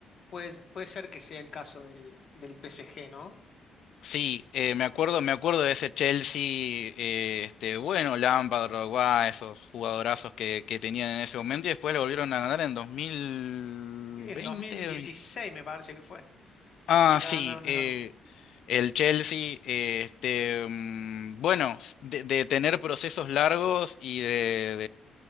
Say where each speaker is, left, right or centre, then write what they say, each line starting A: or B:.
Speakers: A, on the left; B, on the left.
A: Puede, puede ser que sea el caso del, del PSG, ¿no?
B: Sí, eh, me acuerdo, me acuerdo de ese Chelsea, eh, este, bueno, Lampard, Drogba, esos jugadorazos que, que tenían en ese momento y después lo volvieron a ganar en dos mil
A: En
B: veinte
A: 2016 me parece que fue,
B: Ah,
A: que la
B: sí,
A: ganaron de
B: eh,
A: nuevo.
B: el Chelsea, eh, este, mm, bueno, s- de, de tener procesos largos y de,